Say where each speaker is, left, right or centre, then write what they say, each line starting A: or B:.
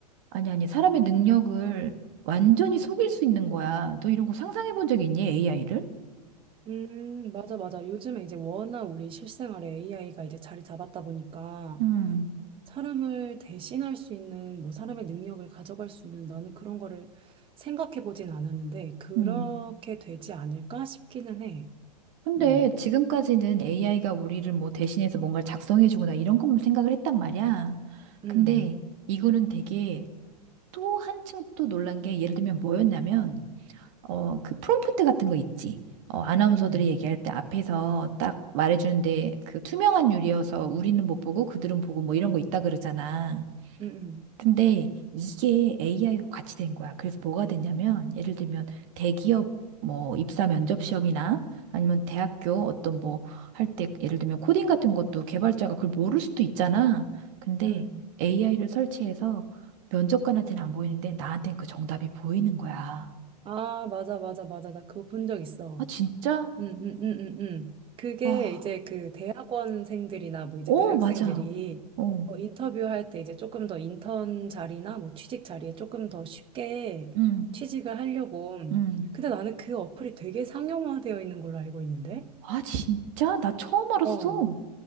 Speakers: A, on the right (about 50°); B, on the right (about 25°).
A: 아니, 아니, 사람의 능력을 완전히 속일 수 있는 거야. 너 이런 거 상상해 본 적 있니? AI를?
B: 음, 맞아, 맞아. 요즘에 이제 워낙 우리 실생활에 AI가 이제 자리 잡았다 보니까
A: 음,
B: 사람을 대신할 수 있는 뭐 사람의 능력을 가져갈 수 있는 나는 그런 거를 생각해 보진 않았는데 그렇게
A: 음.
B: 되지 않을까 싶기는 해.
A: 근데
B: 음,
A: 지금까지는 AI가 우리를 뭐 대신해서 뭔가를 작성해주거나 이런 것만 생각을 했단 말이야.
B: 음,
A: 근데 이거는 되게 또 한층 또 놀란 게 예를 들면 뭐였냐면 어 그 프롬프트 같은 거 있지. 어 아나운서들이
B: 음,
A: 얘기할 때 앞에서 딱 말해주는데 그 투명한 유리여서 우리는 못 보고 그들은 보고 뭐 이런 거 있다 그러잖아.
B: 음, 음,
A: 근데 이게 AI가 같이 된 거야. 그래서 뭐가 됐냐면, 예를 들면 대기업 뭐 입사 면접 시험이나 아니면 대학교 어떤 뭐 할 때 예를 들면 코딩 같은 것도 개발자가 그걸 모를 수도 있잖아. 근데
B: 음.
A: AI를 설치해서 면접관한테는 안 보이는데 나한테는 그 정답이 보이는 거야.
B: 아, 맞아, 맞아, 맞아. 나 그거 본 적 있어.
A: 아, 진짜?
B: 음, 음, 음, 음, 음. 그게
A: 와,
B: 이제 그 대학원생들이나 뭐 이제
A: 어,
B: 대학생들이
A: 맞아. 어,
B: 어, 인터뷰할 때 이제 조금 더 인턴 자리나 뭐 취직 자리에 조금 더 쉽게
A: 응,
B: 취직을 하려고.
A: 응.
B: 근데 나는 그 어플이 되게 상용화되어 있는 걸로 알고 있는데?
A: 아, 진짜? 나 처음 알았어.
B: 어.